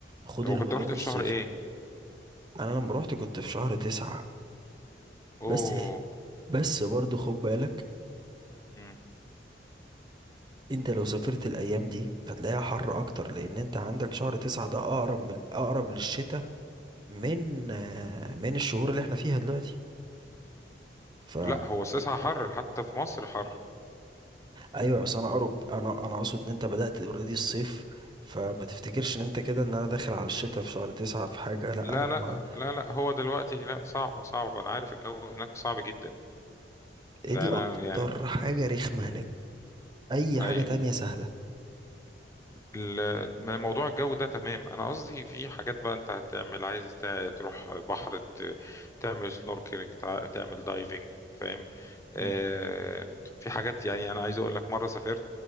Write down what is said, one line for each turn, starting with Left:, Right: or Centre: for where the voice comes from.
Right: خد
Left: هو
Right: الهدوم
Left: كنت رحت في
Right: الصيفي
Left: شهر ايه
Right: انا لما روحت كنت في شهر تسعة
Left: اوه
Right: بس بس برضه خد بالك
Left: امم
Right: انت لو سافرت الايام دي هتلاقيها حر اكتر لان انت عندك شهر تسعة ده اقرب من اقرب للشتاء من آه، من الشهور اللي احنا فيها دلوقتي ف
Left: لا هو الساعة حر حتى في مصر حر
Right: ايوه بس انا اقرب انا انا اقصد ان انت بدأت اوريدي الصيف فما تفتكرش ان انت كده ان انا داخل على الشتاء في شهر تسعة في حاجة لا
Left: لا
Right: هو
Left: لا لا لا هو دلوقتي لا صعبة صعبة انا عارف الجو هناك صعب جدا
Right: إيه
Left: ده
Right: دي
Left: انا
Right: اكتر
Left: يعني
Right: حاجة رخمة هناك اي
Left: ايوه
Right: حاجة تانية سهلة
Left: ال- من موضوع الجو ده تمام انا قصدي في حاجات بقى انت هتعمل عايز تع- تروح البحر ت- تعمل سنوركلينج تعمل دايفنج فاهم آه
Right: مم.
Left: في حاجات يعني انا عايز اقول لك مره سافرت